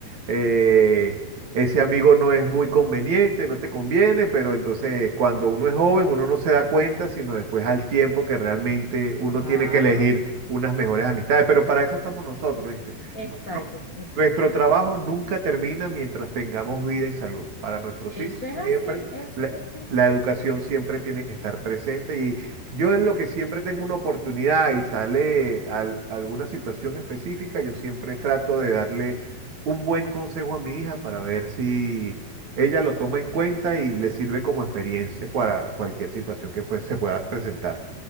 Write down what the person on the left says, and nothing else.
Claro,
exacto.
Eso
es
así, eso
es así.